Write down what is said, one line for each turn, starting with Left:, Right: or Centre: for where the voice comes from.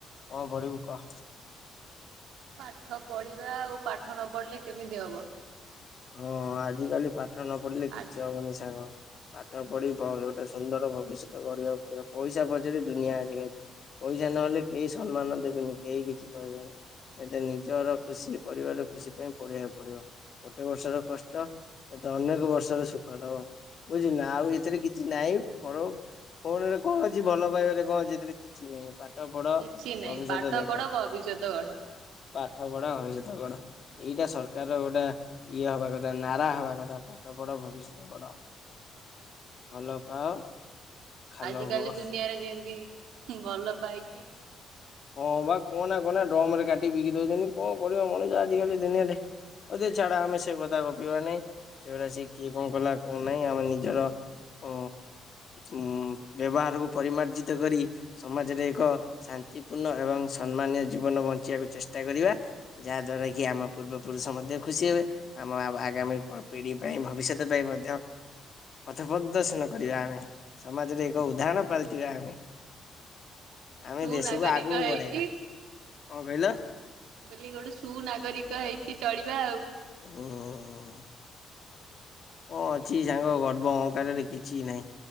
Left: କଣ ପଢିବୁ କହ?
Right: ପାଠ ପଢିବା ଆଉ ପାଠ ନ ପଢିଲେ କେମିତି ହବ।
Left: ହଁ ଆଜିିକାଲି ପାଠ ନ ପଢିଲେ କିଛି
Right: ଆ
Left: ହବନି ସାଙ୍ଗ। ପାଠ ପଢି ଗୋଟେ ସୁନ୍ଦର ଭବିଷ୍ୟତ ଗଢିବାକୁ ପଡିବ ପଇସା ପଛରେ ଦୁନିଆ ଆଗରେ। ପଇସା ନହେଲେ କେହି ସମ୍ମାନ ଦେବେନି କେହି କିଛି କହିବେନି। ଏବେ ନିଜର ଖୁସି ପରିବାର ଖୁସି ପାଇଁ ପଢିବାକୁ ପଡିବ। ଗୋଟେ ବର୍ଷର କଷ୍ଟ ତତେ ଅନେକ ବର୍ଷର ସୁଖ ଦବ। ବୁଝିଲୁନା ଆଉ ଏଥିରେ କିଛି ନାଇଁ‌ ଫ ଫୋନ ରେ କଣ ଅଛି ଭଲ ପାଇବାରେ କଣ ଅଛି ଏଥିରେ କିଛି ନାହିଁ। ପାଠ ପଢ
Right: କିଛି ନାହିଁ
Left: ଭବିଷ୍ୟତ
Right: ପାଠ
Left: ଦେଖ।
Right: ପଢ ଭବିଷ୍ୟତ ଗଢ
Left: ପାଠ ପଢା ଭବିଷ୍ୟତ ଗଢ ଏଇଟା ସରକାର ର ଗୋଟେ ଇଏ ହବା କଥା ନାରା ହବା କଥା ପାଠ ପଢ ଭବିଷ୍ୟତ ଗଢ। ଭଲ ପାଅ ଖାଲ
Right: ଆଜ
Left: ହୁଅ
Right: କାଲି ଦୁନିଆରେ ଯେମତି ଭଲ ପାଇକି
Left: ହଁ ବା କହନା କହନା ଡ୍ରମ ରେ କାଟି ବିକି ଦଉଛନ୍ତି କଣ କରିବ ମଣିଷ ଆଜିକାଲି ଦୁନିଆରେ ହଉ ଦେ ଛାଡ ଆମେ ସେ କଥା ଗପିବା ନାଇଁ ସେଉଡା ସେ କିଏ କଣ କଲା କଣ ନାାଇଁ ଆମେ ନିଜର ଉ ଉ ବ୍ୟବହାରକୁ ପରିମାର୍ଜିତ କରି ସମାଜରେ ଏକ ଶାନ୍ତିପୂର୍ଣ୍ଣ ଏବଂ ସମ୍ମାନୀୟ ଜୀବନ ବଞ୍ଚିବାକୁ ଚେଷ୍ଟା କରିବା। ଯାହା ଦ୍ଵାରା କି ଆମ ପୂର୍ବପୁରୁଷ ମଧ୍ୟ ଖୁସି ହେବେ। ଆମ ଆବ୍ ଆଗାମୀ ପ ପିଢି ପାଇଁ ଭବିଷ୍ୟତ ପାଇଁ ମଧ୍ୟ ପଥ ପ୍ରଦର୍ଶନ କରିବା ଆମେ ସମାଜରେ ଏକ ଉଦାହରଣ ପାଲଟିବା ଆମେ। ଆମେ
Right: ସୁନାଗରିକ
Left: ଦେଶକୁ ଆଗକୁ
Right: ହେଇକି
Left: ବଢେଇବା, କଣ କହିଲ?
Right: ମୁଁ କହିଲି ଗୋଟେ ସୁନାଗରିକ ହେଇକି ଚଳିବା ଆଉ।
Left: ହୁଁ ହୁଁ କଣ ଅଛି ସାଙ୍ଗ ଗର୍ବ ଅହଙ୍କାରରେ କିଛି ନାହିଁ,